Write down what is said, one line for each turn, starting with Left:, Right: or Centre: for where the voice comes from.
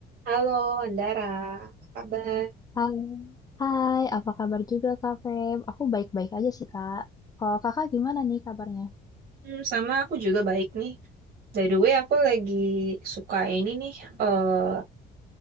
Right: Halo, Andara. Apa kabar?
Left: Hai, hai, apa kabar juga Kak Feb? Aku baik-baik aja sih Kak. Kalau Kakak gimana nih kabarnya?
Right: Hmm, sama aku juga baik nih. By the way, aku lagi suka ini nih, eh